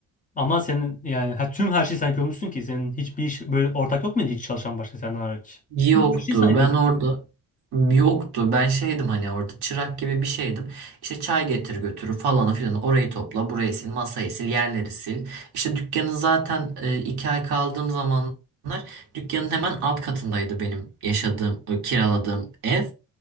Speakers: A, on the left; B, on the right.
A: Ama senin yani ha, tüm her şeyi sen yapıyormuşsun ki senin hiçbir iş böyle ortak yok muydu hiç çalışan başka senden hariç?
B: Yoktu.
A: Tüm her şeyi sen yapıyorsun.
B: Ben orada
A: çünkü.
B: yoktu. Ben şeydim hani orada çırak gibi bir şeydim. İşte çay getir götürü falanı filan. Orayı topla, burayı sil, masayı sil, yerleri sil. İşte dükkanın zaten e, iki ay kaldığım zamanlar dükkanın hemen alt katındaydı benim yaşadığım, e, kiraladığım ev.